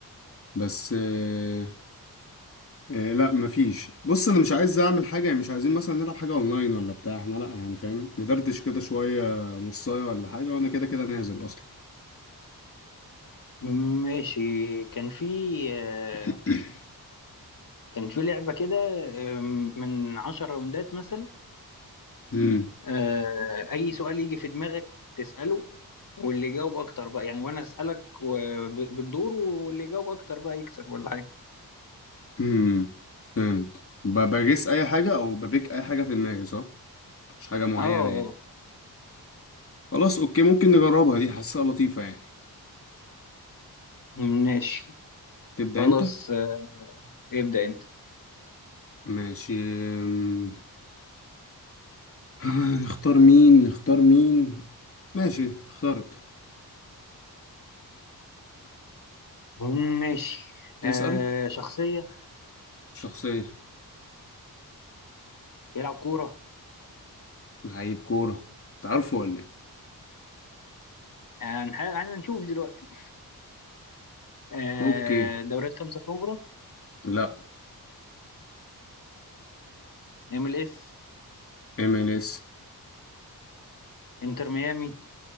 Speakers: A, on the left; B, on the left.
A: بس أه أه لا مفيش بص انا مش عايز اعمل حاجه يعني مش عايزين مثلا نلعب حاجه اونلاين ولا بتاع احنا لا يعني فاهم ندردش كده شويه نصايه ولا حاجه وانا كده كده نازل اصلا
B: مم، ماشي كان في آه،
A: <coughs>
B: كان في لعبة كده آه، من عشر راوندات مثلا
A: امم
B: آه، اي سؤال يجي في دماغك تسأله واللي يجاوب اكتر بقى يعني وانا اسألك و- ب- بالدور واللي يجاوب اكتر بقى يكسب ولا حاجة
A: امم فهمت ب- بجس اي حاجه او ببيك اي حاجه في دماغي صح مش حاجه معينه
B: اه اه
A: يعني خلاص اوكي ممكن نجربها دي حاسسها لطيفة يعني
B: ماشي
A: تبدأ
B: خلاص
A: انت
B: آه، ابدأ انت
A: ماشي أم، <laughs> <sighs> نختار مين نختار مين ماشي اخترت
B: مم، ماشي
A: <clears throat> تسأل
B: آه، شخصية
A: شخصية
B: بيلعب كورة
A: لعيب كورة تعرفه ولا ايه
B: هنح- هنشوف دلوقتي آه،
A: اوكي
B: دوريات خمسة كبرى
A: لا
B: ام ال اس
A: ام ال اس
B: انتر ميامي